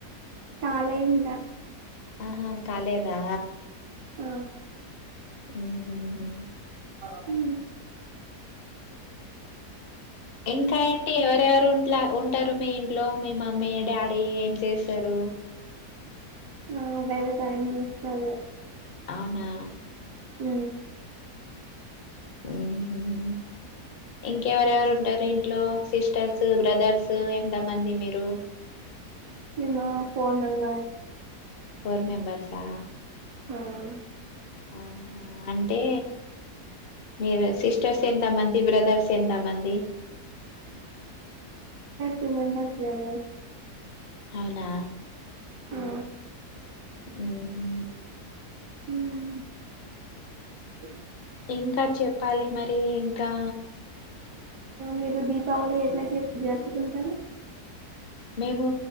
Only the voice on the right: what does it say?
కాలే ఇంకా
ఆ
ఊ ఊ
ఆ వ్యవసాయం చేస్తారు
ఊ
మేమా ఫోర్ మెంబర్స్
అహ
టు మెంబర్స్ వేలేస్
ఆ
హు
మీరు దీపావళి ఎట్లా జరుపుకుంటారు